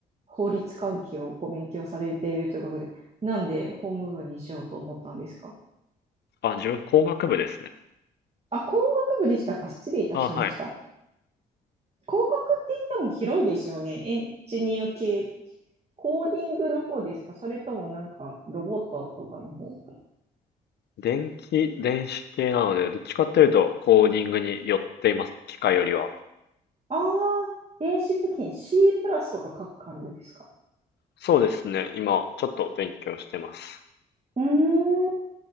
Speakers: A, on the right; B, on the left.
A: 法律関係をご勉強されているということで、なんで法務部にしようと思ったんですか
B: あ、自分工学部ですね。
A: あ、工学部でしたか失礼いたしました。
B: あ、はい。
A: 工学って言っても広いですよね。エンジニア系、コーディングの方ですかそれともなんかロボットとかの方
B: 電気、電子系なので、どっちかっていうとコーディングに寄っています。機械よりは。
A: ああ電子部品 C プラスとか書く感じですか
B: そうですね。今、ちょっと勉強してます。
A: うーん、